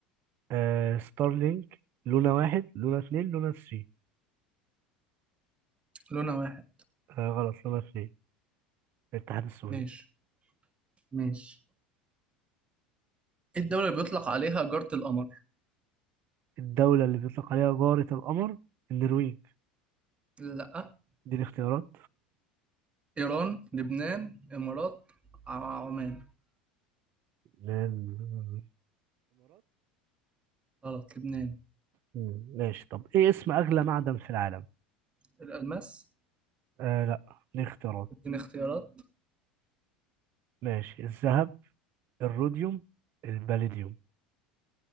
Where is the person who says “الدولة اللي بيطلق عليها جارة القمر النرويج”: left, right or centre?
Right